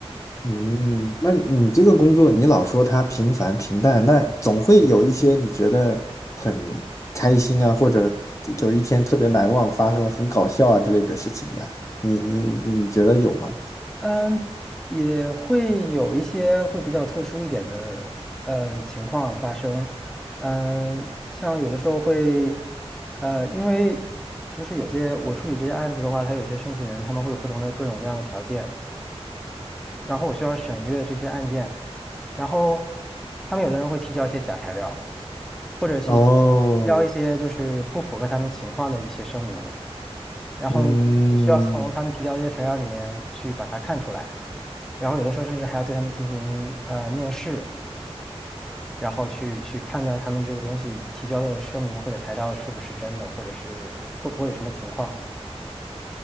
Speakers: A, on the left; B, in the centre.
A: 嗯，那你这个工作，你老说它平凡平淡，那总会有一些你觉得很开心啊，或者有一天特别难忘，发生了很搞笑啊之类的事情吧？你你你觉得有吗？
B: 嗯，也会有一些会比较特殊一点的嗯情况发生，嗯，像有的时候会，呃，因为就是有些我处理这些案子的话，它有些申请人他们会有不同的各种各样的条件，然后我需要审阅这些案件，然后他们有的人会提交一些假材料，或者是
A: 哦，
B: 提交一些就是不符合他们情况的一些声明，然后你需要从他们提交的这些材料里面去把它看出来，
A: 嗯，
B: 然后有的时候甚至还要对他们进行呃面试，然后去去判断他们这个东西提交的声明或者材料是不是真的，或者是会不会有什么情况。